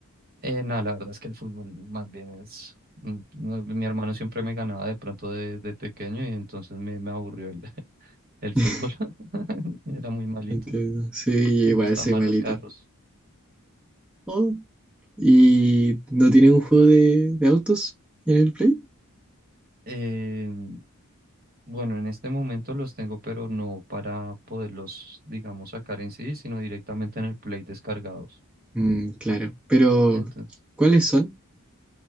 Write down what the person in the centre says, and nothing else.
<laughs>
Entiendo. Sí,
igual
soy
malito.
Oh, ¿y no tienen un juego de, de autos en el Play?
Mm, claro. Pero,
¿cuáles son?